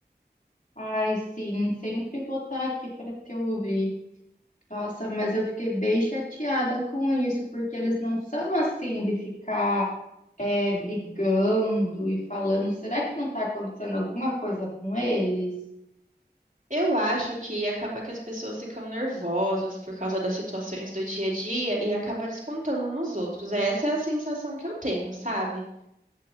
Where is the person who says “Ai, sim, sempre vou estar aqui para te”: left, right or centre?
Left